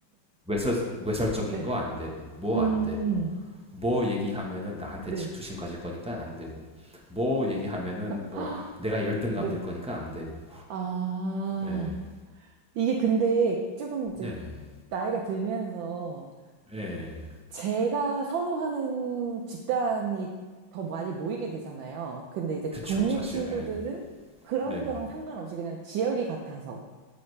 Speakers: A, in the centre; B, on the right.
A: 외설 외설적인
B: 네.
A: 거 안 되고 뭐
B: 음,
A: 안 되고 뭐 얘기하면은 나한테
B: 네.
A: 질투심 가질 거니까 안 되고 뭐 얘기하면은 뭐
B: <gasps> 아,
A: 내가 열등감
B: 네.
A: 들 거니까 안 되고
B: 아,
A: 예
B: 이게 근데 조금 이제
A: 네네
B: 나이가 들면서
A: 예
B: 제가 선호하는 집단이 더 많이 모이게 되잖아요. 근데 이제
A: 그쵸
B: 동네
A: 사실
B: 친구들은
A: 예
B: 그런
A: 네네
B: 거랑 상관없이 그냥 지역이 같아서